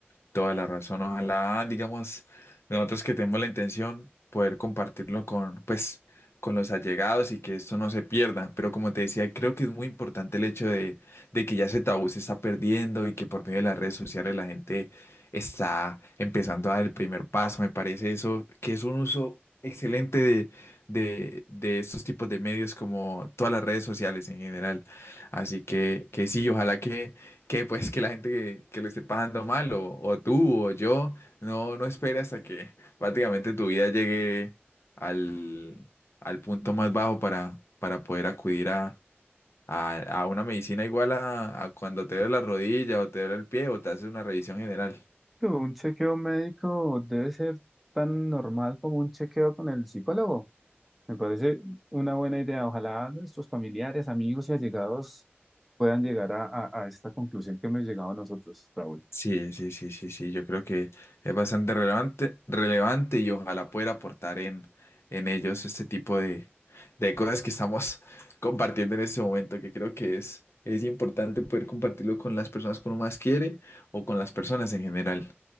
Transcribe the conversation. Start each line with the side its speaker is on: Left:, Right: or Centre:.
Left: Toda la razón. Ojalá, digamos, nosotros que tenemos la intención, poder compartirlo con, pues, con los allegados y que esto no se pierda. Pero como te decía, creo que es muy importante el hecho de, de que ya ese tabú se está perdiendo y que por medio de las redes sociales la gente está empezando a dar el primer paso. Me parece eso, que es un uso excelente de, de, de estos tipos de medios como todas las redes sociales en general. Así que, que sí, ojalá que que pues que la gente que, que lo esté pasando mal, o, o tú o yo, no, no espera hasta que prácticamente tu vida llegue al, al punto más bajo para, para poder acudir a, a, a una medicina igual a, a cuando te duele la rodilla o te duele el pie o te haces una revisión general.
Centre: Un chequeo médico debe ser tan normal como un chequeo con el psicólogo. Me parece una buena idea. Ojalá nuestros familiares, amigos y allegados puedan llegar a, a- a esta conclusión que hemos llegado nosotros, Raúl.
Left: Sí, sí, sí, sí, sí, yo creo que es bastante relevante, relevante y ojalá pueda aportar en, en ellos este tipo de, de cosas que estamos <laughs> compartiendo en este momento, que creo que es, es importante poder compartirlo con las personas que uno más quiere o con las personas en general.